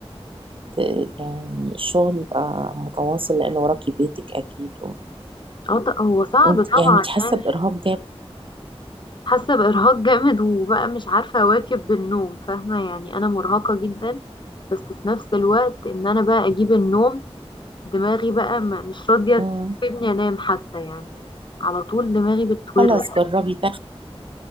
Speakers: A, on the right (about 55°); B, on the left (about 50°).
A: ت- يعني الشغل يبقى متواصل لأن وراكي بيتك أكيد
B: اه ط- هو صعب
A: وأنت
B: طبعا
A: يعني أنت حاسة
B: يعني
A: بإرهاق جامد
B: حاسه بارهاق <laughs> جامد وبقى مش عارفه اواكب بالنوم فاهمه يعني انا مرهقه جدا بس في نفس الوقت ان انا بقى اجيب النوم دماغي بقى م- مش راضيه
A: مم.
B: تسيبني انام حتى يعني على طول دماغي بتورق
A: خلاص جربي تاخدي